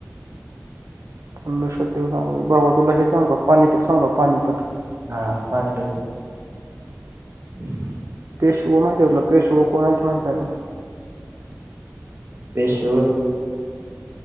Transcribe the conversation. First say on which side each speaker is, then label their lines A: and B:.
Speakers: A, on the right; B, on the right.
A: अंधश्रद्धा वर सांगू भावा तुला हे सांगू पाणीपत सांगू का पाणीपत
B: हा पानिपत <inaudible>
A: पेशव माहिती हाय का तुला पेशव कोण हायत माहिती हाय का?
B: पेशव